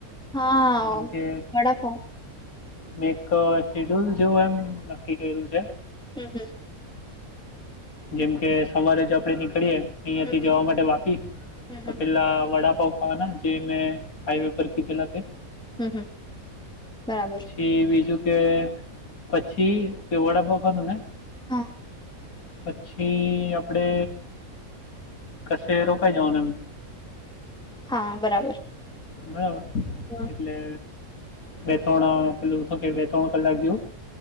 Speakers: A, in the centre; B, on the left.
A: હા
B: જેમ કે
A: વડાપાવ
B: મે એક શેડ્યુલ જેવું એમ નક્કી કર્યું છે
A: હમ હમ
B: જેમ કે સવારે જ આપણે નીકળીએ અહીંયાથી
A: હમ
B: જવા માટે વાકી
A: હમ
B: તો
A: હમ
B: પેલાં વડાપઉ ખવાના જે મેં હાાઈવે પર કીધલાથે
A: હમ હમ બરાબર
B: એ બીજું કે પછી એ વડાપખવા હત ને
A: હા
B: પછી આપણે કશે રોકાાય જઓ
A: હા બરાબર
B: બરાબર
A: હા
B: એટલે બે ત્રણ પેલું શો કે બે ત્રણ કલાક જેવું